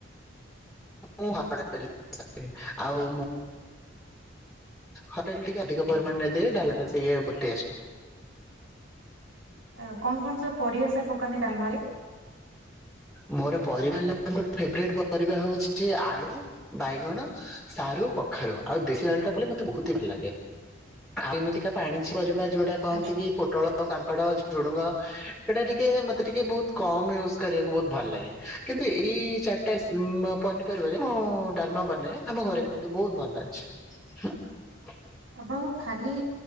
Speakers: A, in the centre; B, on the right.
A: ମୁଁ ହରଡ ଡାଲି ୟୁଜ୍ କରେ, ଆଉ ମୁ ହ ଡାଲି ଟିକେ ଅଧିକ ପରିମାଣରେ ଦେଇ ଡାଲି ଟା ଟିକେ ବ- ଟେଷ୍
B: ଆଉ କଣ କଣ ସବୁ ପରିବା ସାର୍ ପକାନ୍ତି ଡାଲମାରେ?
A: ମୋର ପରିବା ହେଲା ମୋର ଫେବରେଟ୍ ପରିବା ହଉଛି ଆଳୁ, ବାଇଗଣ ସାରୁ, କଖାରୁ ଆଉ ଦେଶୀ ଆଳୁଟା ପଇଲେ ମୋତେ ବହୁତ ହି ଭଲ ଲାଗେ। ଆଉ ଏମିତିକା ପାଣି ପରିବା ଯୋଉଟା କହନ୍ତି
B: ଆଚ୍ଛା।
A: କି ପୋଟଳ, କାଙ୍କଡ, ଝୁଡୁଙ୍ଗ ସେଟା ଟିକେ ମୋତେ ଟିକେ ବହୁତ କମ ୟୁଜ୍ କରିଆ ବହୁତ ଭଲ ଲାଗେ, କିନ୍ତୁ ଏଇ ଚାଟା ଉଁ, ଅ, ପନିପରିବାରେ ମୁଁ ଡାଲମା ବନାଏ। ଆମ ଘରେ କୁହନ୍ତି ବହୁତ ଭଲ ଅଛି।
B: ଆପଣଙ୍କ ଖାଲି